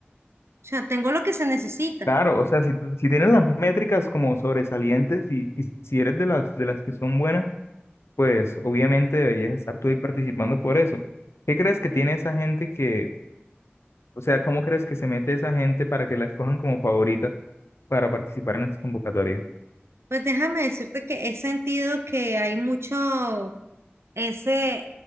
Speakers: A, on the right; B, on the left.
A: sea, tengo lo que se necesita.
B: claro, o sea, si, tú- si tienes las métricas como sobresalientes y, y si eres de las, de las que son buenas, pues obviamente deberías estar tú ahí participando por eso. ¿Qué crees que tiene esa gente que O sea, ¿cómo crees que se mete esa gente para que la escojan como favorita para participar en estas convocatorias?
A: Pues déjame decirte que he sentido que hay mucho ese